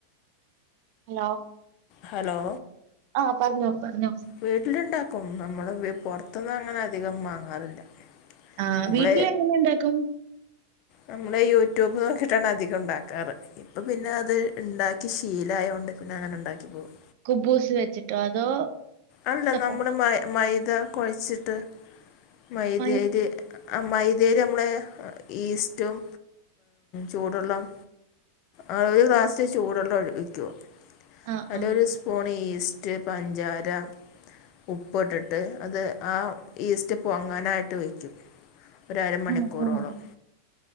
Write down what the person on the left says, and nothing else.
ഹലോ
വീട്ടിലുണ്ടാക്കും നമ്മള് പൊറത്തന്ന് അങ്ങനെ അധികം വാങ്ങാറില്ല
നമ്മൾ
നമ്മള് യൂട്യൂബ് നോക്കിയിട്ടാണ് അധികം ഉണ്ടാക്കാറ് ഇപ്പൊ പിന്നെ അത് ഉണ്ടാക്കി ശീലായതോണ്ട് പിന്നെ അങ്ങനെ ഉണ്ടാക്കി പോകും
അല്ല
നമ്മള് മ മൈദ കൊഴച്ചിട്ട് മൈദയേല്
ആ മൈദേല് നമ്മള് ഈസ്റ്റും ചൂടെള്ളം ആ ഒരു ഗ്ലാസ്സില് ചൂടള്ളം ഒഴിക്കും
അയ്ല്
ഒരു സ്പൂൺ ഈസ്റ്റ്, പഞ്ചാര, ഉപ്പു ഇട്ടിട്ട് അത് ആ ഈസ്റ്റ് പൊങ്ങാനായിട്ട് വയ്ക്കും ഒരരമണിക്കൂറോളം.